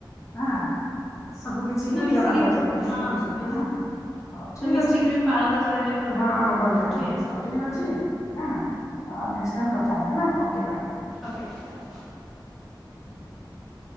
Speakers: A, on the left; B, in the centre.
A: ହଁ ସବୁ କିିଛି
B: ତ ମିଶିକି
A: ଜଣା ପଡ଼ିବ କି
B: ହଁ
A: ଏମତି ହୁଏ
B: ସବୁ କିଛି
A: ହଁ ହଉ ଠିକ
B: ତ ମିଶିକିରି
A: ଅଛି
B: ବି ପାଳନ କରିବାଟା ବି
A: ହଁ ଭଲ ଲାଗେଲ
B: ଠିକ୍ ଅଛି
A: ହଉ
B: ଠିକ୍
A: ଠିକ ଅଛି ଅଁ ହଁ ନେସ୍ ଟାଇମ୍ କଥା ହେ ହେଲା ଓକେ ବାଏ।
B: Okay bye
A: <inaudible>